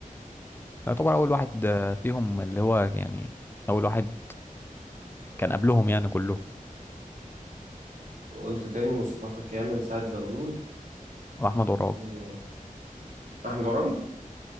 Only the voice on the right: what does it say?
قلت تاني مصطفى كامل سعد زغلول
أحمد عرابي أحمد عرابي